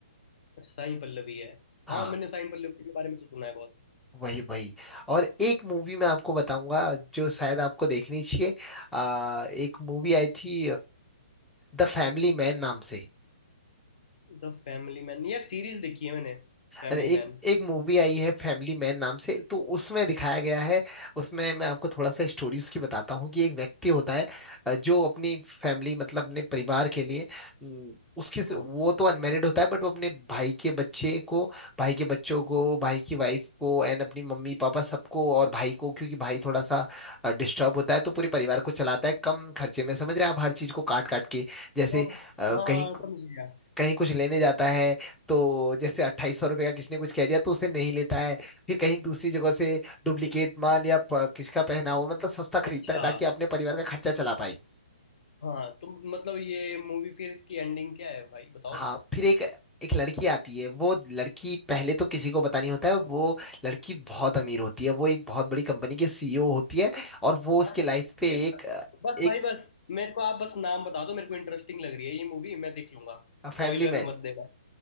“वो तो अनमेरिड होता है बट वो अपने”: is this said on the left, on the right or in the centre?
Centre